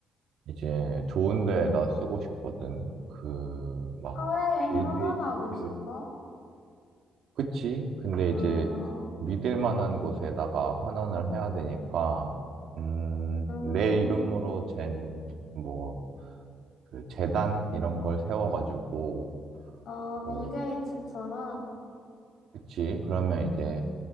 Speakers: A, on the right; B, on the left.
A: 이제 좋은 데에다 쓰고 싶거든. 그, 막,
B: 사회에
A: 빌
B: 환원하고
A: 게이츠.
B: 싶어?
A: 그치? 근데
B: 어,
A: 이제 믿을 만한 곳에다가 환원을 해야 되니까, 음,
B: 음,
A: 내 이름으로 잰, 뭐, 그 재단 이런 걸 세워가지고
B: 어,
A: 뭐
B: 빌 게이츠처럼?
A: 그치 그러면 이제